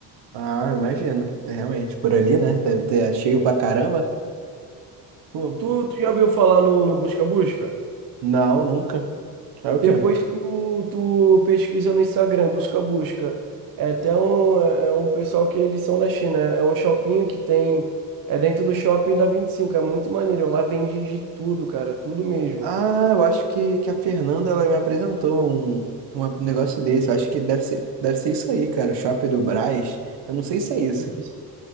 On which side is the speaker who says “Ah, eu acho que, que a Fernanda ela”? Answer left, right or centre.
Right